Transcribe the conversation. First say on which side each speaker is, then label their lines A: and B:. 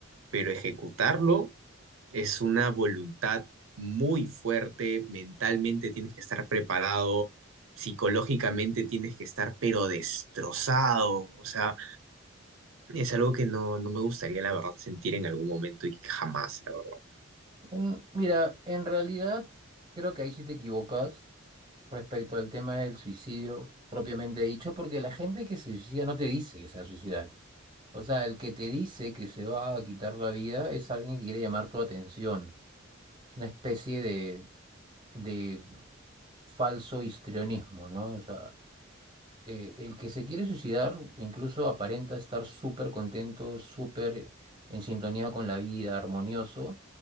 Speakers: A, on the right; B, on the right.
A: pero ejecutarlo es una voluntad muy fuerte, mentalmente tienes que estar preparado, psicológicamente tienes que estar pero destrozado, o sea, es algo que no, no me gustaría, la verdad, sentir en algún momento y jamás, la verdad.
B: Mm, Mira, en realidad creo que ahí sí te equivocas respecto al tema del suicidio propiamente dicho, porque la gente que se suicida no te dice que se va a suicidar. O sea, el que te dice que se va a quitar la vida es alguien que quiere llamar tu atención. Es una especie de, de falso histrionismo, ¿no? O sea, eh, el que se quiere suicidar incluso aparenta estar súper contento, súper en sintonía con la vida, armonioso,